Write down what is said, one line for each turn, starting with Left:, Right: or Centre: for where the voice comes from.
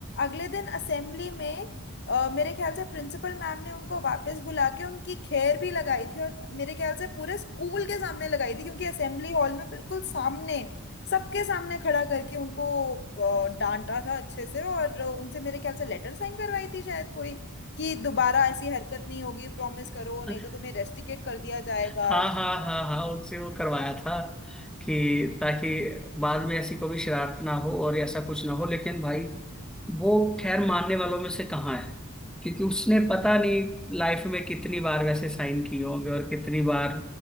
Left: अगले दिन असेंबली में अ, मेरे ख्याल से प्रिंसिपल मैम ने उनको वापस बुला के उनकी खैर भी लगाई थी और मेरे ख्याल से पूरे स्कूल के सामने लगाई थी क्योंकि असेंबली हॉल में बिल्कुल सामने सबके सामने खड़ा करके उनको अ, डांटा था अच्छे से और उनसे मेरे ख्याल से लेटर साइन करवाई थी शायद कोई कि दोबारा ऐसी हरकत नहीं होगी प्रॉमिस करो नहीं
Centre: <laughs>
Left: तो तुम्हें रेस्टिकेट कर दिया जाएगा
Centre: हाँ हाँ हाँ हाँ उनसे वो करवाया था कि ताकि बाद में ऐसी कोई शरारत ना हो और ऐसा कुछ ना हो लेकिन भाई वो खैर मानने वालों में से कहाँ है क्योंकि उसने पता नहीं लाइफ में कितनी बार वैसे साइन किए होंगे और कितनी बार